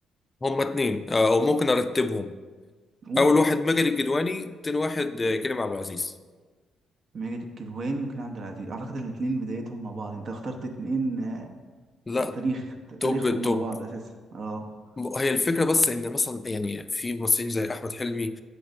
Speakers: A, on the left; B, on the right.
A: هما اتنين آه، او ممكن ارتبهم
B: قول
A: اول واحد ماجد الجدواني تاني واحد آه، كريم عبد العزيز
B: ماجد الكدواني وكريم عبد العزيز اعتقد الاثنين بدايتهم مع بعض انت اخترت اتنين آه،
A: لا
B: تاريخ
A: توب
B: تاريخهم
A: توب
B: مع بعض اساسا اه
A: هي الفكرة بس ان مثلا يعني في ممثلين زي احمد حلمي